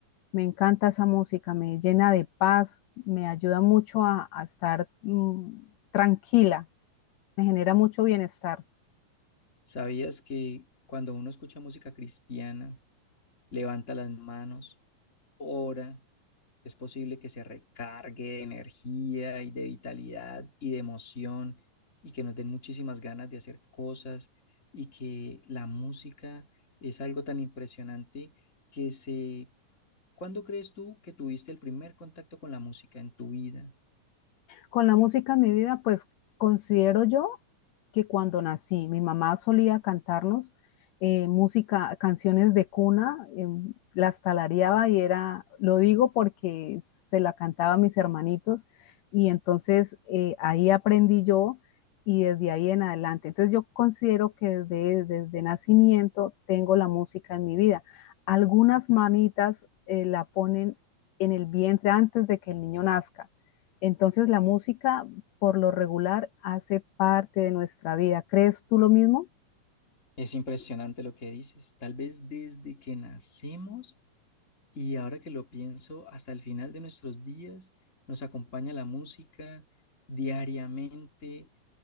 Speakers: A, on the left; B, on the left.
A: Me encanta esa música, me llena de paz, me ayuda mucho a, a estar mm, tranquila, me genera mucho bienestar.
B: ¿Sabías que cuando uno escucha música cristiana, levanta las manos, ora, Es posible que se recargue de energía y de vitalidad y de emoción y que nos den muchísimas ganas de hacer cosas y que la música es algo tan impresionante que se... ¿Cuándo crees tú que tuviste el primer contacto con la música en tu vida?
A: Con la música en mi vida, pues considero yo que cuando nací, mi mamá solía cantarnos eh, música, canciones de cuna, eh, las talareaba y era, lo digo porque se la cantaba a mis hermanitos y entonces eh, ahí aprendí yo y desde ahí en adelante. Entonces yo considero que desde, desde nacimiento tengo la música en mi vida. Algunas mamitas eh, la ponen en el vientre antes de que el niño nazca entonces la música por lo regular hace parte de nuestra vida. ¿Crees tú lo mismo?
B: Es impresionante lo que dices. Tal vez desde que nacemos y ahora que lo pienso, hasta el final de nuestros días nos acompaña la música diariamente